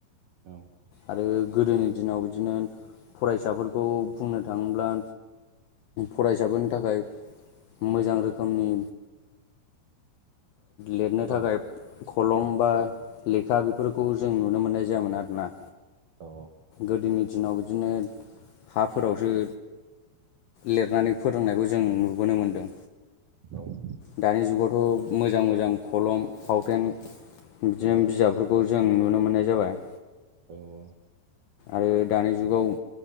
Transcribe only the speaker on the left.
आरो गोदोनि दिनाव बिदिनो फरायसाफोरखौ बुंनो थाङोब्ला फरायसाफोरनि थाखाय मोजां रोखोमनि लिरनो
थाखाय खलम बा लेखा बेफोरखौ जों नुनो मोननाय जायामोन आरोना
गोदोनि दिनाव बिदिनो हाफोरावसो लिरनानै फोरोंनायखौ जों नुबोनो मोन्दों
दानि जुगावथ' मोजां मोजां खलम फावथेन बिदिनो
बिजाब खौ जों नुनो मोननाय जाबाय
आरो दानि जुगाव